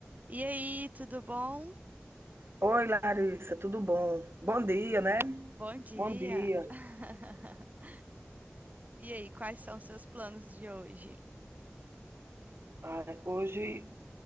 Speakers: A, on the right (about 40°); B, on the right (about 65°).
A: E aí, tudo bom?
B: Oi, Larissa, tudo bom? Bom dia, né?
A: Bom dia.
B: Bom dia.
A: <laughs> E aí, quais são os seus planos de hoje?
B: Ai, hoje